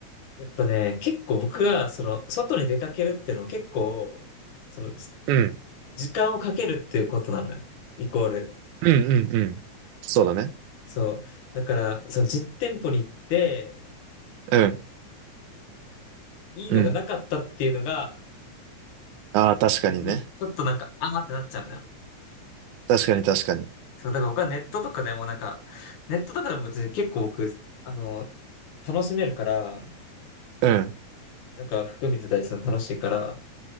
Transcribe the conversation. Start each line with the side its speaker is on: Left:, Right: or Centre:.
Left: やっぱね、結構僕が、その、外に出かけるっていうのは結構、その、
Right: うん。
Left: 時間をかけるっていうことなのよ。イコール。
Right: うんうんうん。そうだね。
Left: そう。だから、その実店舗に行って、
Right: うん。
Left: いいのがなかったっていうのが、
Right: うん。ああ、確かにね。
Left: 時に、ちょっとなんか、あーってなっちゃうのよ。
Right: 確かに確かに。
Left: そう、だから僕はネットとかでもなんか、ネットとかでも別に結構僕、あの、楽しめるから、
Right: うん。
Left: なんか服見てたりするの楽しいから、